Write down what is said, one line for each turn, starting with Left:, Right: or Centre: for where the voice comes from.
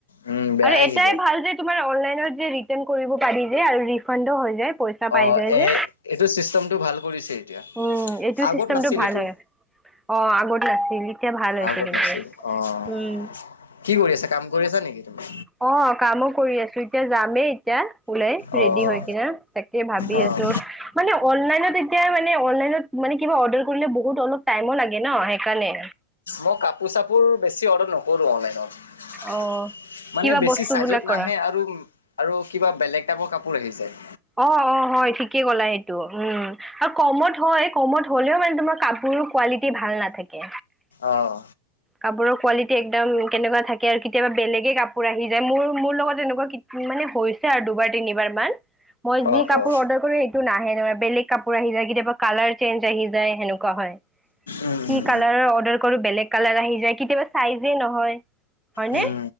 Left: উম, বেয়া
Centre: আৰু
Left: আহি
Centre: এটাই
Left: যায়।
Centre: ভাল যে তোমাৰ অনলাইন যে ৰিৰ্তান কৰিব পাৰি যে, আৰু ৰিফান্দো হয় যায় পইচা পাই
Left: অহ
Centre: যায় যে।
Left: এ এইটো চিষ্টেমটো ভাল কৰিছিল।
Centre: উম, এইটো
Left: আগত
Centre: চিষ্টেমটো
Left: নাছিল
Centre: ভাল
Left: এইটো।
Centre: হয়। অ', আগত নাছিল এতিয়া ভাল হৈছে
Left: আগত
Centre: কিন্তু।
Left: নাছিল অহ'
Centre: উম,
Left: কি কৰি আছা কাম কৰি আছা নেকি তুমি?
Centre: অহ কামো কৰি আছো এতিয়া যামেই এতিয়া। উলাই
Left: অ',
Centre: ৰেডি হৈ কিনে তাকে ভাবি
Left: অ',
Centre: আছো, মানে অনলাইনত এতিয়া মানে অনলাইনত মানে কিবা অৰ্ডাৰ কৰিলে বহুত অলপ টাইমো লাগে ন, সেইকাৰণে।
Left: মই কাপোৰ চাপোৰ বেছি অৰ্ডাৰ নকৰো অনলাইনত।
Centre: অ
Left: মানে
Centre: কিবা
Left: বেছি
Centre: বস্তু
Left: চাইজত
Centre: বিলাক কৰা
Left: নাহে আৰু আৰু কিবা বেলেগ টাইপৰ কাপোৰ আহি যায়।
Centre: অহ অহ হয় ঠিকে কলা সেইটো, উম আৰু কমত হয় কমত হ'লেও মানে তোমাৰ কাপোৰ কোৱালিটি ভাল নাথাকে।
Left: অ'হ
Centre: কাপোৰৰ কোৱালিটি একদম কেনেকুৱা থাকে, আৰু কেতিয়াবা বেলেগে কাপোৰ আহি যায়, মোৰ মোৰ লগত এনেকুৱা মানে হৈছে আৰু দুবাৰ, তিনিবাৰ মান। মই যি
Left: অ',
Centre: কাপোৰ
Left: অ',
Centre: অৰ্ডাৰ কৰো সেইটো নাহে নহয়, বেলেগ কাপোৰ আহি যায় কেতিয়াবা কালাৰ চেঞজ আহি যায়, সেনেকুৱা- কোৱা হয়,
Left: উম,
Centre: কি
Left: উম,
Centre: কালাৰ অৰ্ডাৰ কৰো বেলেগ কালাৰ আহি যায়, কেতিয়াবা চাইজে নহয় হয়নে,
Left: উম,